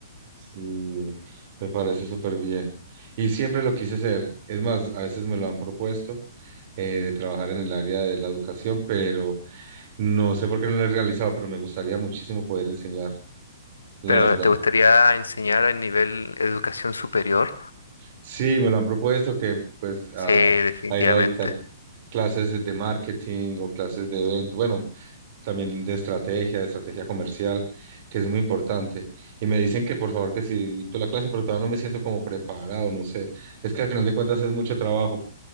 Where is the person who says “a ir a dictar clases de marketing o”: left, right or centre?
Right